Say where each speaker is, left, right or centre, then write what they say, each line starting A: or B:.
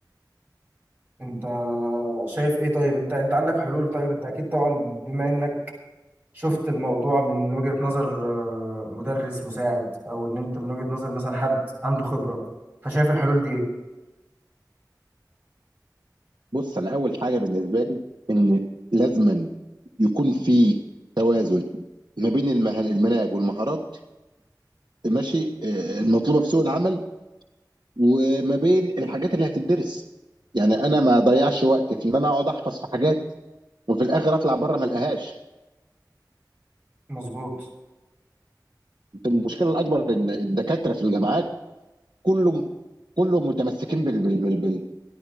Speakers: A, on the right; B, on the right.
A: أنت شايف إيه طيب أنت أنت عندك حلول طيب أنت أكيد طبعا بما إنك شفت الموضوع من وجهة نظر آه، مدرس مساعد او ان انت من وجهة نظر مثلا حد عنده خبرة فشايف الحلول دي ايه
B: بص انا اول حاجه بالنسبه لي ان لازما يكون في توازن ما بين المه- المناهج والمهارات ماشي آه، المطلوبه في سوق العمل وما بين الحاجات اللي هتدرس يعني انا ما اضيعش وقت في ان انا اقعد احفظ في حاجات وفي الاخر اطلع بره ما القاهاش
A: مظبوط
B: المشكله الاكبر ان الدكاتره في الجامعات كله كله متمسكين بال بال بال بال